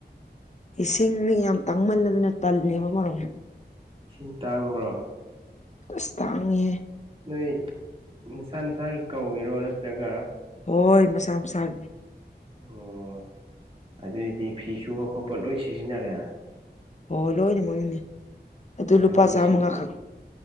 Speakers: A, on the left (about 40°); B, on the right (about 30°).
A: ꯏꯁꯤꯡꯅ ꯌꯥꯝ ꯇꯥꯡꯃꯜꯂꯗꯅ ꯇꯜꯂꯦꯕ ꯑꯃꯔꯣꯝꯗ
B: ꯏꯁꯤꯡ ꯇꯥꯡꯕ꯭ꯔꯣ
A: ꯑꯁ ꯇꯥꯡꯉꯤꯍꯦ
B: ꯅꯣꯏ ꯅꯁꯥ ꯅꯁꯥꯒꯤ ꯀꯧꯏꯔꯣ ꯅꯠꯇ꯭ꯔꯒ
A: ꯍꯣꯏ ꯃꯁꯥ ꯃꯁꯥꯒꯤ
B: ꯑꯣ ꯑꯗꯨꯏꯗꯤ ꯐꯤ ꯁꯨꯕ ꯈꯣꯠꯄ ꯂꯣꯏ ꯁꯤꯖꯤꯟꯅꯔꯦ
A: ꯍꯣ ꯂꯣꯏꯅꯃꯛꯅꯤ ꯑꯗꯨ
B: ꯑꯗꯨꯗꯤ
A: ꯂꯨꯄꯥ ꯆꯥꯝꯃꯉꯥꯈꯛ
B: ꯏꯁꯤꯡ